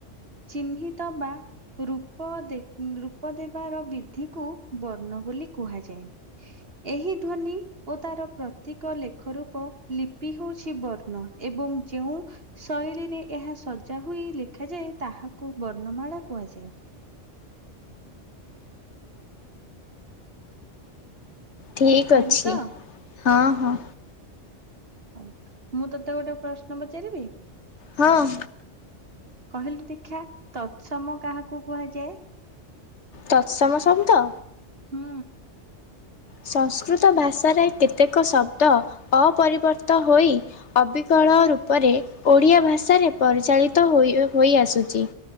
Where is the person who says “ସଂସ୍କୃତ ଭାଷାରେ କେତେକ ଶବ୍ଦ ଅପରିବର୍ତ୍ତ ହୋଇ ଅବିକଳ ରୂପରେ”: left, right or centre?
Left